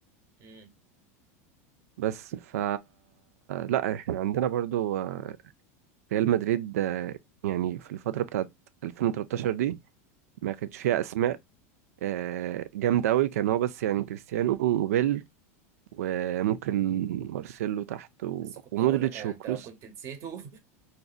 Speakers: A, on the right; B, on the right.
A: امم
B: بس ف لا احنا عندنا برضو آه، ريال مدريد آه، يعني في الفترة بتاعت 2013 دي ما كانش فيها أسماء آه، جامدة أوي كان هو بس يعني كريستيانو وبيل وممكن مارسيلو تحت و...
A: لسه كنت
B: ومودريتش
A: هقول لك يعني
B: وكروس
A: انت لو كنت نسيته